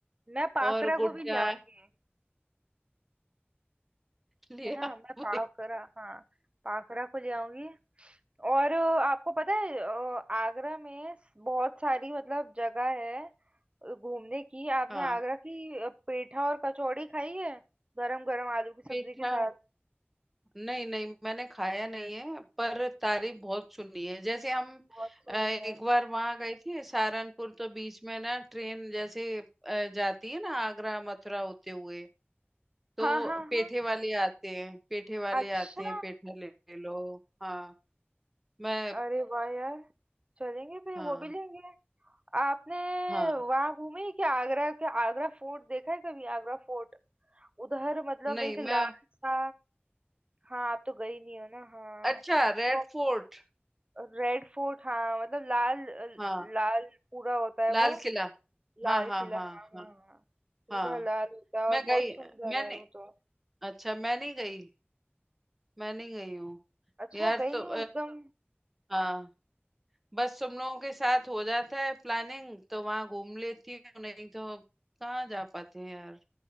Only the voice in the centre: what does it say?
और गुड्डा
लिया
<laughs>
हाँ
पेठा
नहीं नहीं मैंने खाया नहीं है पर तारीफ बहुत सुनी है जैसे हम
अ, एक
बार वहां गए थे सहारनपुर तो बीच में ना ट्रेन जैसे अ, जाती है ना आगरा मथुरा होते हुए तो
पेठे
वाले आते हैं पेठे वाले
आते हैं पेठा ले, ले लो हाँ मैं
हाँ
हाँ
नहीं
मैं
अच्छा
रेड फोर्ट
हाँ
लाल
किला हाँ
हाँ
हाँ
हाँ
हाँ
मैं गई
मैंने
अच्छा मैं नहीं गई मैं नहीं गई हूँ
यार
तो
हाँ बस तुम लोगों के साथ हो जाता है प्लानिंग तो वहां घूम लेती हूँ नहीं तो कहाँ जा पाते हैं यार